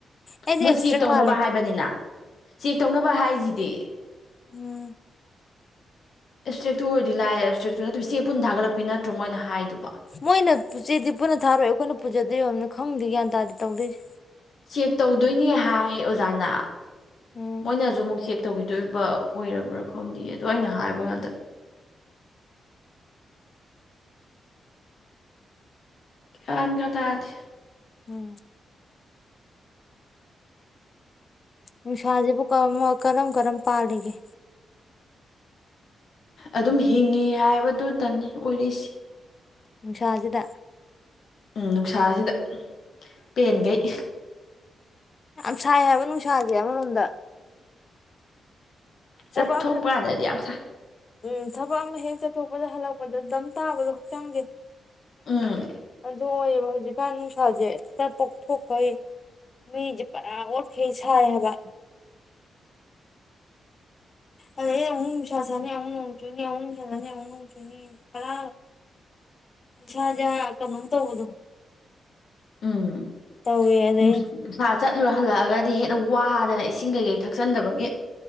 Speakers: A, on the left; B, on the left.
A: ꯑꯩꯗꯤ
B: ꯃꯣꯏ
A: ꯑꯦꯞꯁꯇ꯭ꯔꯦꯛ
B: ꯆꯦꯛ ꯇꯧꯅꯕ
A: ꯃꯥꯜꯂꯦ
B: ꯍꯥꯏꯕꯅꯤꯅ ꯆꯦꯛ ꯇꯧꯅꯕ ꯍꯥꯏꯖꯤꯗꯤ
A: ꯎꯝ
B: ꯑꯦꯞꯁꯇ꯭ꯔꯤꯛꯇꯨ ꯑꯣꯏꯔꯗꯤ ꯂꯥꯏꯔꯦ ꯑꯦꯞꯁꯇ꯭ꯔꯤꯛꯇꯨ ꯅꯠꯇꯦ ꯆꯦ ꯄꯨꯟ ꯊꯥꯒꯠꯂꯛꯄꯤ ꯅꯠꯇ꯭ꯔꯣ ꯃꯣꯏꯅ ꯍꯥꯏꯗꯣ
A: ꯃꯣꯏꯅ ꯆꯦꯗꯤ ꯄꯨꯟꯅ ꯊꯥꯔꯛꯣꯏ ꯑꯩꯈꯣꯏꯅ ꯄꯨꯖꯗꯣꯏ ꯑꯣꯏꯔꯝꯅꯤ ꯈꯪꯗꯦ ꯒ꯭ꯌꯥꯟ ꯇꯥꯗꯦ ꯇꯧꯗꯣꯏꯖꯦ
B: ꯆꯦꯛ ꯇꯧꯗꯣꯏꯅꯦ ꯍꯥꯏ ꯑꯣꯖꯥꯅ
A: ꯎꯝ
B: ꯃꯣꯏꯅ ꯖꯨ ꯑꯃꯨꯛ ꯆꯦꯛ ꯇꯧꯒꯤꯗꯣꯏꯕ ꯑꯣꯏꯔꯕ꯭ꯔꯥ ꯈꯪꯗꯦ ꯑꯗꯣ ꯑꯩꯅ ꯍꯥꯏꯕ ꯀꯥꯟꯗ ꯒ꯭ꯌꯥꯟꯒ ꯇꯥꯗ
A: ꯎꯝ ꯅꯨꯡꯁꯥꯖꯤꯕꯨ ꯀꯝ ꯀꯔꯝ ꯀꯔꯝ ꯄꯥꯜꯂꯤꯒꯦ
B: ꯑꯗꯨꯝ ꯍꯤꯡꯉꯤ ꯍꯥꯏꯕꯗꯨꯗꯅꯤ ꯑꯣꯏꯔꯤꯁꯤ
A: ꯅꯨꯡꯁꯥꯖꯤꯗ
B: ꯎꯝ ꯅꯨꯡꯁꯥꯖꯤꯗ ꯄꯦꯟꯒꯩ
A: ꯌꯥꯝ ꯁꯥꯏ ꯍꯥꯏꯕ ꯅꯨꯡꯁꯥꯖꯦ ꯑꯃꯔꯣꯝꯗ
B: ꯆꯠꯊꯣꯛꯄ
A: ꯊꯕꯛ ꯑꯃ
B: ꯀꯥꯟꯗꯗꯤ ꯌꯥꯝ ꯁꯥ
A: ꯎꯝ ꯊꯕꯛ ꯑꯃ ꯍꯦꯛ ꯆꯠꯊꯣꯛꯄꯗ ꯍꯜꯂꯛꯄꯗ ꯗꯝ ꯇꯥꯕꯗꯣ ꯍꯛꯆꯥꯡꯖꯦ
B: ꯎꯝ
A: ꯑꯗꯨ ꯑꯣꯏꯌꯦꯕ ꯍꯧꯖꯤꯛꯀꯥꯟ ꯅꯨꯡꯁꯥꯖꯦ ꯇ ꯄꯣꯛꯊꯣꯛꯈꯩ ꯃꯤꯖꯦ ꯄꯨꯔꯥ ꯑꯣꯠꯈꯩ ꯁꯥꯏ ꯍꯥꯏꯕ ꯑꯗꯩ ꯑꯃꯨꯛ ꯅꯨꯡꯁꯥ ꯁꯥꯅꯤ ꯑꯃꯨꯛ ꯅꯣꯡ ꯆꯨꯅꯤ ꯑꯃꯨꯛ ꯅꯣꯡ ꯆꯨꯅꯤ ꯄꯔ ꯏꯁꯥꯖꯦ ꯀꯩꯅꯣꯝ ꯇꯧꯕꯗꯣ
B: ꯎꯝ
A: ꯇꯧꯋꯦ ꯑꯗꯩ
B: ꯅꯨꯁ ꯅꯨꯡꯁꯥ ꯆꯠꯂꯨꯔ ꯍꯜ ꯍꯜꯂꯛꯑꯒꯗꯤ ꯍꯦꯟꯅ ꯋꯥꯗꯅ ꯏꯁꯤꯡ ꯀꯩꯀꯩ ꯊꯛꯆꯟꯗꯕꯒꯤ